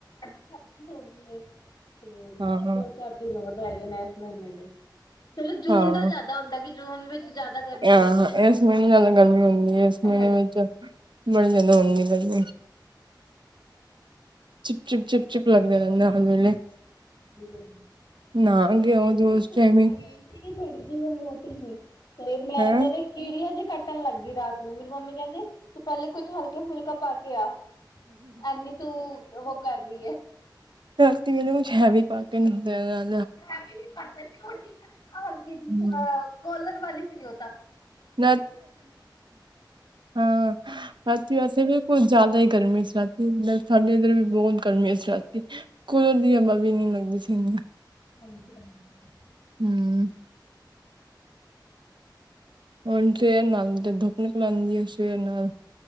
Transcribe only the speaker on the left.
ਛੱਬੀ ਸੌ ਨੇ ਤੇ
ਦੋ ਚਾਰ ਦਿਨ ਹੋਰ ਰੈ ਗੇ ਨੇ ਏਸ ਮੀਨੇ ਦੇ ਚਲੋ ਜੂਨ
ਦਾ ਜ਼ਿਆਦਾ ਹੁੰਦਾ ਕਿ ਜੂਨ ਵਿੱਚ ਜ਼ਿਆਦਾ ਗਰਮੀ
ਹੁੰਦੀ ਹੈ
ਹਾਂਜੀ,
<unintelligible> ਕਲ
ਮੈਂ
ਇੱਕ
ਟੀ
ਸ਼ਰਟ
ਪਾਈ ਥੋੜ੍ਹੀ ਜੀ ਮੈਂ ਮੋਟੀ ਸੀ ਤੇ ਮੈਂ
ਮੇਰੇ ਕੀੜੀਆਂ, ਕੱਟਣ ਲੱਗੀ ਰਾਤ ਨੂੰ ਮੇਰੀ ਮੰਮੀ ਕੈਂਦੇ ਤੂੰ ਪੇਲੇ ਕੁੱਛ ਹਲਕਾ ਫੁਲਕਾ ਪਾ ਕੇ ਆ। ਐਨੀ ਤੂੰ ਉਹ ਕਰ ਰਹੀ
ਮੈਂ ਵੀ ਨੀ ਪਤਾ ਸੀ ਓ ਟੀਸ਼ਰਟ ਹਲਕੀ
ਜੀ ਹਾ, ਕਲਰ ਵਾਲੀ ਸੀ ਓਤਾਂ
ਹਾਂਜੀ ਹਾਂਜੀ